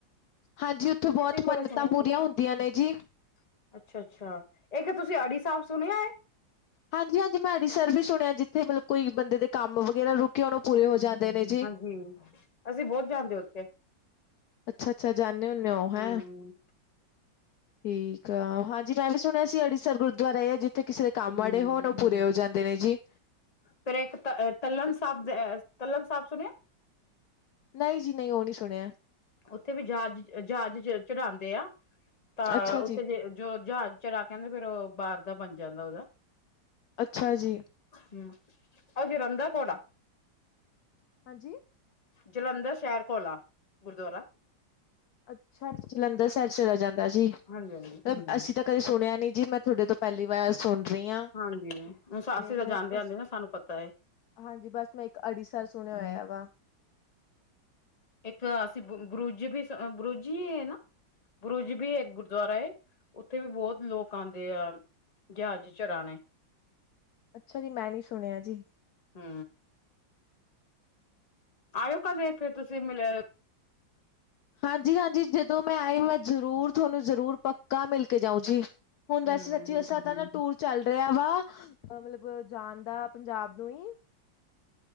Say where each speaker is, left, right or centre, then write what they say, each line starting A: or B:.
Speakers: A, on the left (about 70°); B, on the left (about 25°).
A: ਹਾਂਜੀ! ਉੱਥੇ ਬਹੁਤ
B: ਕਿਸੇ ਕੋਲੋਂ
A: ਮੰਨਤਾਂ
B: ਸੁਣਿਆ
A: ਪੂਰੀਆਂ
B: ਸੀ।
A: ਹੁੰਦੀਆਂ ਨੇ ਜੀ।
B: ਅੱਛਾ- ਅੱਛਾ ਇਕ ਤੁਸੀਂ ਅੜੀਸਰ ਸਾਹਿਬ ਸੁਣਿਆ ਹੈ?
A: ਹਾਂਜੀ -ਹਾਂਜੀ ਮੈਂ ਅੜੀਸਰ ਵੀ ਸੁਣਿਆ ਜਿੱਥੇ ਮਤਲਬ ਕੋਈ ਬੰਦੇ ਦੇ ਕੰਮ ਵਗੈਰਾ ਰੁਕੇ ਉਹਨੂੰ ਪੂਰੇ ਹੋ ਜਾਂਦੇ ਨੇ ਜੀ।
B: ਹੂੰ! ਅਸੀਂ ਬਹੁਤ ਜਾਂਦੇ ਹੋ ਉੱਥੇ!
A: ਅੱਛਾ- ਅੱਛਾ! ਜਾਂਨੇ ਹੁੰਦੇ ਹੋ ਹੈਂ!
B: ਹੂੰ,
A: ਠੀਕ ਆ, ਹਾਂਜੀ! ਮੈਂ ਵੀ ਸੁਣਿਆ ਸੀ ਅੜੀਸਰ ਗੁਰਦੁਆਰਾ ਆ ਜਿੱਥੇ ਕਿਸੇ ਦੇ ਕੰਮ
B: ਹੂੰ।
A: ਅੜੇ ਹੋਣ ਪੂਰੇ ਹੋ ਜਾਂਦੇ ਨੇ ਜੀ।
B: ਫਿਰ ਇੱਕ ਤ ਤਲਣ ਸਾਹਿਬ ਦੇਹ ਤਲਣ ਸਾਹਿਬ ਸੁਣਿਆ।
A: ਨਹੀਂ ਜੀ, ਨਹੀਂ ਉਹ ਨਹੀਂ ਸੁਣਿਆ।
B: ਉੱਥੇ ਵੀ ਜਹਾਜ਼ ਜਹਾਜ਼ ਚੜਾਉਂਦੇ ਆ ਤਾਂ
A: ਅੱਛਾ
B: ਉੱਥੇ
A: ਜੀ
B: ਜੇ ਜੋ ਜਹਾਜ਼ ਚਰਾ ਕਹਿੰਦੇ ਫੇਰ ਉਹ ਬਾਹਰ ਦਾ ਬਣ ਜਾਂਦਾ ਉਹਦਾ!
A: ਅੱਛਾ ਜੀ!
B: ਹੂੰ ਅਗਰ ਘੋੜਾ।
A: ਹਾਂਜੀ!
B: ਜਲੰਧਰ ਸ਼ਹਿਰ ਕੋਲ ਆ ਗੁਰਦੁਆਰਾ।
A: ਅੱਛਾ ਜਲੰਧਰ ਸ਼ਹਿਰ ਚਲਾ ਜਾਂਦਾ ਜੀ,
B: ਹਾਂਜੀ, ਹਾਂਜੀ।
A: ਅਸੀਂ ਤਾਂ। ਕਾ ਸੁਣੇਆ ਨੀ ਜੀ ਮੈਂ ਧੁਡੇ ਤੋਂ ਪੈਲੀ ਵਾਰ ਸੁਣ ਰਹੀ ਹਾਂ
B: ਹਾਂਜੀ, ਹੁਣ ਸ
A: ਤੇ
B: ਅਸੀ
A: ਮੈਂ
B: ਤਾਂ ਜਾਂਦੇ
A: ਬਸ
B: ਆਦੇ ਨਾ ਸਾਨੂੰ ਪਤਾ ਐ।
A: ਹਾਂਜੀ ਬਸ ਮੈਂ ਇੱਕ ਅੜੀਸਰ ਸੁਣੇਆ ਹੋਏਆ ਵਾ।
B: ਇੱਕ ਅ ਅਸੀਂ ਬਰੂ ਬਰੁਜ ਵੀ ਬਰੁਜ ਈ ਏ ਨਾ? ਬਰੁਜ ਵੀ ਇੱਕ ਗੁਰਦੁਆਰਾ ਏ ਓਥੇ ਵੀ ਬੋਤ ਲੋਕ ਆਦੇ ਆ। ਜਹਾਜ਼ ਚਰਾਣੇ।
A: ਅੱਛਾ ਜੀ ਮੈਂ ਨੀ ਸੁਣੇਆ ਜੀ।
B: ਹੂੰ। ਆਏਓ ਕਦੇ ਫੇਰ ਤੁਸੀਂ ਮਿਲਨ।
A: ਹਾਂਜੀ-ਹਾਂਜੀ ਜਦੋਂ ਮੈਂ ਆਈ ਮੈਂ ਜ਼ਰੂਰ ਧੁਆਨੂੰ ਜ਼ਰੂਰ ਪੱਕਾ ਮੇਲ ਕੇ ਜਾਊ ਜੀ।
B: ਹਮ
A: ਹੁਣ ਵੈਸੇ ਸੱਚੀ ਦਸਾ ਤਾਂ ਨਾ ਟੂਰ ਚੱਲ ਰੇਆ ਵਾ ਮਲਵ ਜਾਣ ਦਾ ਪੰਜਾਬ ਨੂੰ ਈ